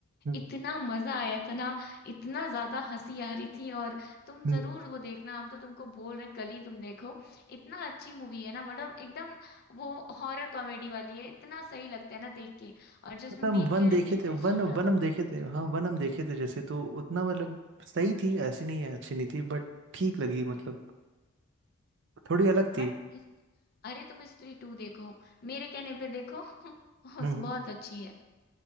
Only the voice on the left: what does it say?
इतना मजा आया था ना इतना ज्यादा हंसी आ रही थी और तुम
जरूर वो देखना हम तो तुमको बोल रहे हैं कल ही तुम देखो इतना अच्छी मूवी है ना मतलब एकदम वो हॉरर कॉमेडी वाली है इतना सही लगता है ना देख के और जो उसमें
मेन
कैरेक्टर
है
श्रद्धा
कपूर
बट
अरे तुम स्त्री टू देखो मेरे कहने पे देखो <laughs> बहुत
अच्छी है